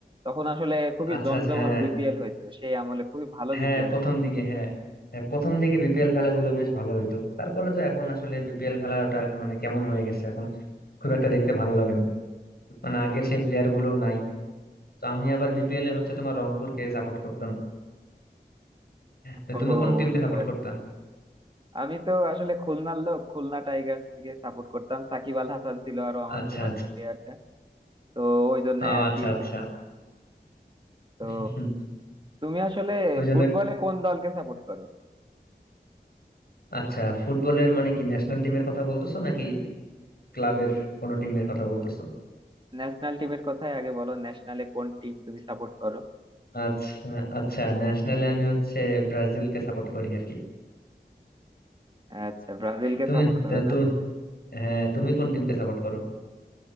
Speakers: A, on the right; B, on the left.
A: তখন আসলে খুবই
B: আচ্ছা
A: জমজমাট
B: আচ্ছা হ্যাঁ
A: বিপিএল হয়েছে সেই আমলে খুবই ভালো
B: হ্যাঁ
A: বিপিএল
B: প্রথম
A: হয়েছে
B: দিকে হ্যাঁ হ্যাঁ প্রথম দিকে বিপিএল খেলাগুলো বেশ ভালো হইতো তারপরে তো এখন আসলে বিপিএল খেলাটা মানে কেমন হয়ে গেছে এখন খুব একটা দেখতে ভালো লাগে না মানে আগের সেই প্লেয়ার গুলোও নাই তো আমি আবার বিপিএল এ হচ্ছে তোমার রংপুরকে সাপোর্ট করতাম তো
A: ও
B: তুমি কোন টিমকে
A: বুঝতে
B: সাপোর্ট
A: পারছি
B: করতা
A: আমি তো আসলে খুলনার লোক খুলনা টাইগার্স কে সাপোর্ট করতাম সাকিব আল হাসান ছিল আরো আমার
B: আচ্ছা
A: ফেভারিট প্লেয়ারটা তো ওই জন্য
B: আহ,
A: আর
B: আচ্ছা
A: কি
B: আচ্ছা
A: তো
B: হুম,
A: তুমি আসলে
B: ওই জন্য
A: ফুটবলে কোন দলকে সাপোর্ট করো
B: আচ্ছা ফুটবলের মানে কি ন্যাশনাল টিমের কথা বলতেছো নাকি ক্লাবের কোনো টিমের কথা বলতেছো
A: ন্যাশনাল টিমের কথাই আগে বলো ন্যাশনালে কোন টিম তুমি সাপোর্ট করো
B: আচ্ছা আচ্ছা ন্যাশনালে আমি হচ্ছে ব্রাজিলকে সাপোর্ট করি আর কি
A: আচ্ছা ব্রাজিলকে
B: তুমি
A: সাপোর্ট করো
B: তা
A: না
B: তুমি হ্যাঁ তুমি কোন টিমকে সাপোর্ট করো